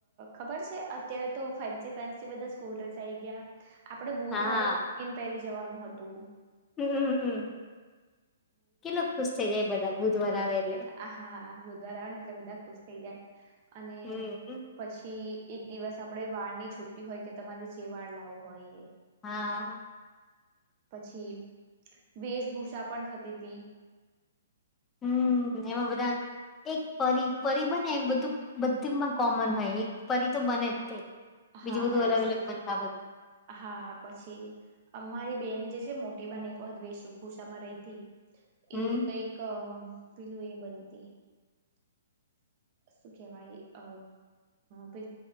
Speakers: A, on the right; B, on the left.
A: ખબર છે અત્યારે તો ફેન્સી ફેન્સી બધા સ્કૂલ ડ્રેસ આઈ ગયા આપડે બુધવારે
B: હા
A: એઇમપેરી જવાનું હતું
B: હમમમ કેટલો ખુશ થઇ ર એ બધા બુધવાર આવે એટલે
A: હ હા બુધવાર આવે ને એટલે બધા ખુશ થઈ જાય અને
B: હમ
A: પછી એક દિવસ આપણે વાળ ની છુટ્ટી હોય કે તમારે જે વાળ લાવવું હોય એ
B: હા
A: પછી વેશભૂષા પણ થતી હતી
B: હમ એમાં બધા એક પરી પરી બને બધું બધીમાં કોમન હોય એક પરી તો બને જ તે બીજું
A: હા
B: બધું અલગ
A: એ સાચી
B: અલગ બનતા બધું
A: હા પછી અમારી બેન જે મોટી બાને એક વા વેશભૂષામાં રહી હતી
B: હમ
A: એ કઈક પેલું બની ત શું કેવાય અ પે